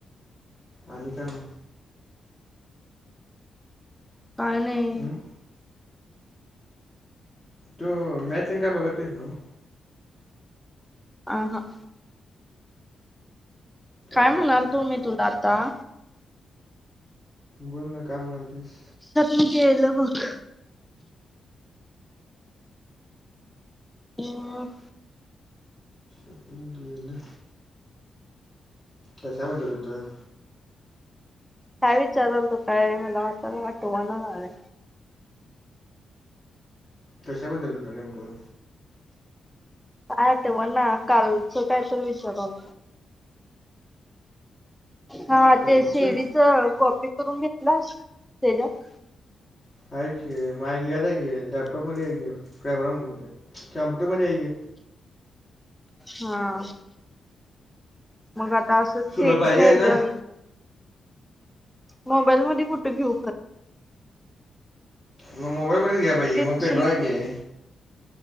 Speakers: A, on the left (about 25°); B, in the centre.
A: आणि काय म?
B: काय नाही.
A: हम्म. तो मॅचिंग काय बघतेस नव्हं?
B: आ हा. काय
A: उपयोग
B: म्हणाल
A: मग
B: तो मी
A: काय
B: तुला आता?
A: बोल ना काय म्हणालतीस?
B: म गेलो बघ. <unintelligible>
A: <inaudible> गेलं. कशा बद्दल होतं?
B: काय विचाराल तो काय मला वाटनं आठवना झालय.
A: कशाबद्दल होतं नेमकं?
B: काय तेव्हा ना कालचं काय तर विचारावल. हा
A: कालतं
B: ते शिडीच कॉपी करून घेतलास तेज्यात
A: हाय की माझ्या ह्यात आहे की लॅपटॉप मध्ये आहे की फेब्रम कॅमप्युटरमध्ये आहे की.
B: हा, मग आता असं सी
A: तुला
B: इ
A: पाहिजे
B: टी च्या
A: आहे
B: एकझाम
A: ना
B: मोबाईल मध्ये कुठे घेऊ खरं?
A: मग मोबाईलमध्येच घ्याया पाहिजे
B: ते
A: म
B: दुसरी
A: पेनड्रॉय घे.